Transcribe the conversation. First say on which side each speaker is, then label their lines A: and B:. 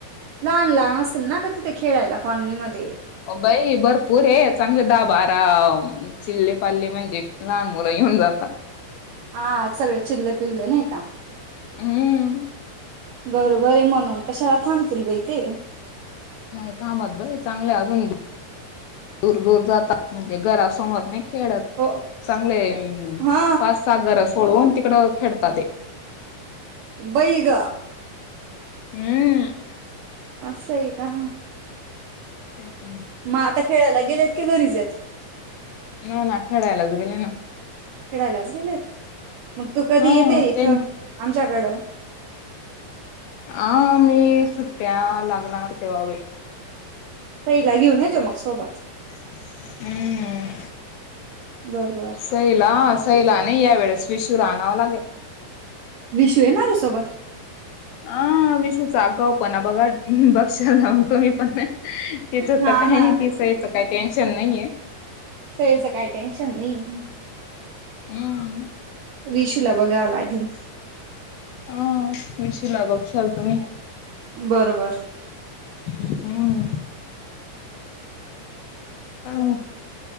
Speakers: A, on the right; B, on the left.
A: लहान लहान असेल ना तिथे खेळायला कॉलनी मध्ये
B: बाई भरपूर आहे चांगले दा बारा चिल्ले पाल्ले म्हणजे लहान मुलं येऊन जातात
A: हा सगळे चिल्ल पिल्ल नाही का
B: हम्म
A: बरोबर आहे म्हणून कशाला थांबतील बाई ते
B: नाही थांबत भाई चांगले अजून दूर दूर जातात म्हणजे घरासमोर नाही खेळत
A: हो
B: चांगले
A: हा
B: पाच सागर अस होन तिकड खेळतात हे
A: बैग
B: <unintelligible>
A: असंय का?
B: तेच ना.
A: मग आता खेळायला गेलेत, की घरीचयत?
B: नाही ना, खेळायलाच गेले ना.
A: खेळायलाच गेलेत. मग तू कधी
B: ह
A: येते इथं?
B: ते
A: आ आमच्याकड.
B: हा, मी, सुट्ट्या लागणार तेव्हा व
A: सईला घेऊन ये जो मग सोबत.
B: <inaudible> हम.
A: बरोबर
B: सईला, सईला नाही यावेेळेस, विशूला आणावं लागेल.
A: विषू येणार आहे सोबत?
B: आ, विशूचा अगाऊ पणा बघा, बघ. लावतो मी पण. तिचं
A: हा
B: तर काही
A: ना
B: नाही, सईच काही टेन्शन नाहीये.
A: सईच काय टेन्शन नाही.
B: हम.
A: विशूला बघावा लागेल.
B: अ विशूला <unintelligible> ल तुम्ही.
A: बर - बर.
B: हम्म अ